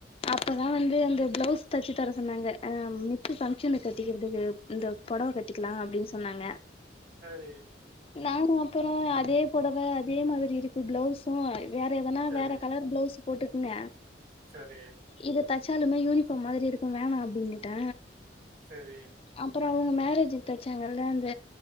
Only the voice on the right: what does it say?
சரி
சரி
சரி
சரி